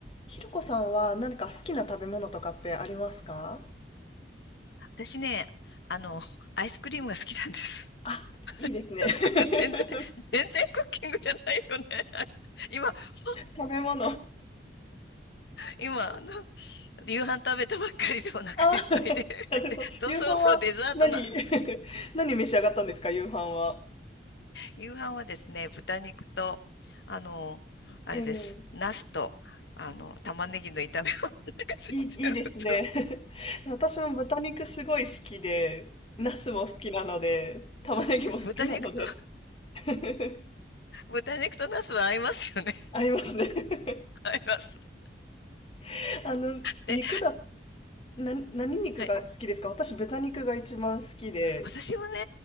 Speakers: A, on the left; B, on the left.
A: ひろこさんは何か好きな食べ物とかってありますか
B: 私ね、あの、アイスクリームが好きなんです。
A: あ、いいですね。
B: <laughs>
A: <laughs>
B: 全然、全然クッキングじゃないよね。今、<laughs>
A: 食べ物。
B: 今、あの、夕飯食べたばっかりでお腹いっぱいで。
A: あ、
B: <laughs>
A: なるほど。
B: で、とそろそろデザートな。
A: 夕飯は何 <laughs> 何召し上がったんですか、夕飯は。
B: 夕飯はですね、豚肉と、あの、あれです。
A: ええ
B: ナスと、あの、玉ねぎの炒め物。<laughs> なんか全然普通の。
A: いい、いいですね。<laughs> 私も豚肉すごい好きで、ナスも好きなので、玉ねぎも好きなので、
B: 豚肉と、
A: <laughs>
B: 豚肉とナスは合いますよね。
A: ありますね。
B: <laughs> 合います。
A: <laughs> あの、
B: で、
A: 肉だ、な、何肉が好きですか私、
B: はい。
A: 豚肉が一番好きで。
B: 私はね、